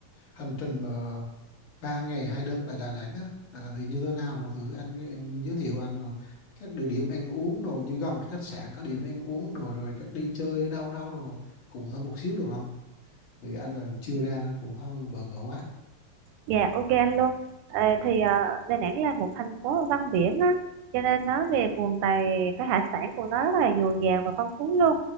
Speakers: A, on the left; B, on the right.
A: hành trình mà ba ngày hai đêm tại Đà Nẵng á à, thì như thế nào đồ thử anh em giới thiệu anh rồi các địa điểm ăn uống đồ như gần khách sạn các điểm ăn uống đồ rồi các đi chơi ở đâu đâu đồ cụ thể một xíu được không thì anh là chưa ra nên cũng hơi bỡ ngỡ quá
B: Dạ ok anh luôn à, thì ờ, Đà Nẵng là một thành phố văn biển á cho nên nói về nguồn tài cái hải sản của nó rất là dồi dào và phong phú luôn